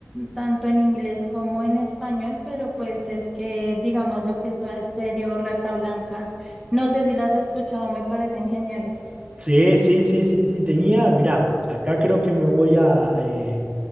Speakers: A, in the centre; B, on the right.
A: tanto en inglés como en español, pero pues es que digamos lo que es Soda Stereo, Rata Blanca, no sé si las has escuchado, me parecen geniales.
B: Sí, sí, sí, sí, sí. Tenía, mirá, acá creo que me voy a eh,